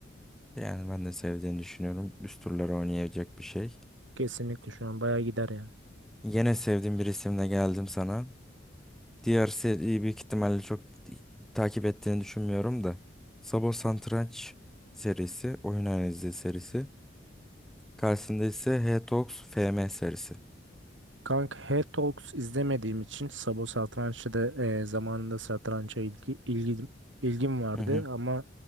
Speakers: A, in the centre; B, on the right.
A: Yani ben de sevdiğini düşünüyorum. Üst turları oynayacak bir şey.
B: Kesinlikle şu an bayağı gider yani.
A: Yine sevdiğim bir isimle geldim sana. Diğer seriyi büyük ihtimalle çok takip ettiğini düşünmüyorum da. Sabo Satranç serisi, oyun analizi serisi. Karşısında ise Hetox FM serisi.
B: Kanka Her Talks izlemediğim için Sabo Satranç'ı da e, zamanında satrança ilgi, ilgim, ilgim vardı
A: Hı hı.
B: ama